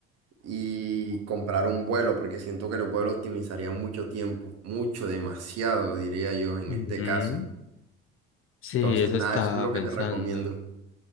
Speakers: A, on the right; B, on the left.
A: y comprar un vuelo, porque siento que el vuelo optimizaría mucho tiempo, mucho, demasiado, diría yo, en
B: ujú.
A: este caso.
B: Sí,
A: Entonces,
B: eso
A: nada,
B: estaba
A: eso es lo
B: pensando.
A: que te recomiendo.